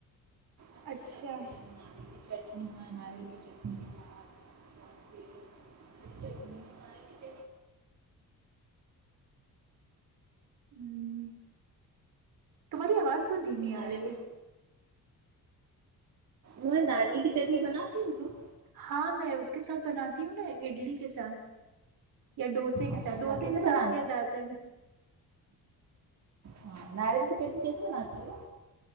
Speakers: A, on the right; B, on the right.
A: اچھے
B: اچھا
A: لگتے ہیںالی کی چٹنی ہاں ناریل کی چٹنی کے ساتھ اور پھر چٹنی ناریل کی ج
B: ہوں تمہاری آواز بہت دھیمی
A: تم ناریل
B: آ رہی ہے
A: میں ناریل کی چٹنی بناتتی ہوں ت
B: ہاں میں اس کے ساتھ بناتی ہوں نا اڈلی کے ساتھ یا ڈوسے کے
A: اچھا
B: ساتھ ڈوسے
A: کیسے
B: کے ساتھ
A: بناتی
B: کیا زیادہ تر میں
A: ہاں ناریل کی چٹنی کیسے بنی گا